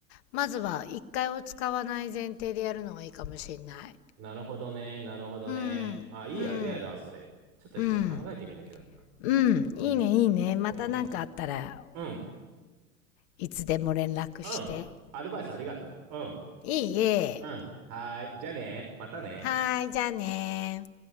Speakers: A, on the left; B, on the right.
A: まずは一回を使わない前提でやるのがいいかもしんない。
B: なるほどね。なるほどね。
A: うん、
B: あ、いいアイデアだわ、
A: うん、
B: それ。ちょっと一回考えてみなきゃだな。
A: うん、うん、
B: うん。
A: いいね、
B: うん。
A: いいね。またなんかあったら
B: うん。うん。うん。
A: いつでも連絡して。
B: うんアドバイスありがとう。うん。
A: いいえ。
B: うん。はーい。じゃあね。またね。
A: はーい、じゃあねー